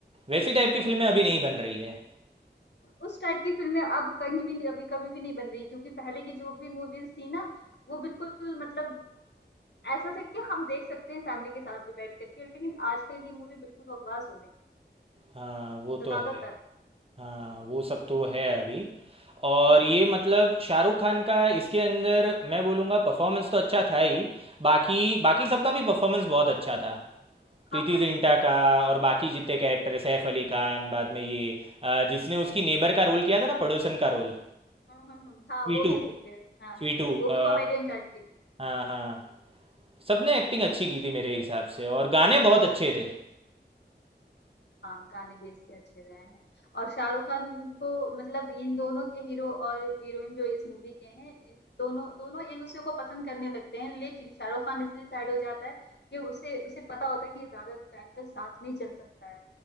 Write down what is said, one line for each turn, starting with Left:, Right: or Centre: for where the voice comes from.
Right: वैसी टाइप की फिल्में अभी नहीं बन रही है
Left: उस टाइप की फिल्में अब कहीं भी नहीं- अभी कभी भी नहीं बन रही क्योंकि पहले की जो भी मूवीज थी ना वो बिल्कुल मतलब ऐसा था कि हम देख सकते हैं फैमिली के साथ भी बैठ करके लेकिन आजकल की मूवी बिल्कुल बकवास हो गई
Right: हाँ वो
Left: ज्यादातर
Right: तो है हाँ वो सब तो है अभी और ये मतलब शाहरुख खान का इसके अंदर मैं बोलूँगा परफॉर्मेंस तो अच्छा था ही बाकी
Left: हम्म,
Right: बाकी सबका भी परफॉर्मेंस बहुत अच्छा था प्रीति
Left: हाँ हाँ
Right: जिंटा
Left: बिल्कुल
Right: का
Left: सबको हाँ
Right: और बाकी जितने कैरेक्टर है सैफ अली खान बाद में ये अ, जिसने उसकी नेबर का रोल किया था ना पड़ोसन का रोल
Left: हाँ हाँ हाँ हाँ
Right: स्वीटू
Left: वो भी ठीक है हाँ
Right: स्वीटू
Left: हाँ वो भी
Right: अ,
Left: कॉमेडियन टाइप की थी
Right: हाँ हाँ सबने एक्टिंग अच्छी की थी मेरे हिसाब से और गाने बहुत अच्छे थे
Left: हाँ गाने भी इसके अच्छे रहे हैं और शाहरुख खान को मतलब इन दोनों के हीरो और हीरोइन जो इस मूवी के हैं इन दोनों दोनों एक दूसरे को पसंद करने लगते हैं लेकिन शाहरुख खान इसलिए साइड हो जाता है कि उसे उसे पता होता है कि ये ज्यादा टाइम तक साथ नहीं चल सकता है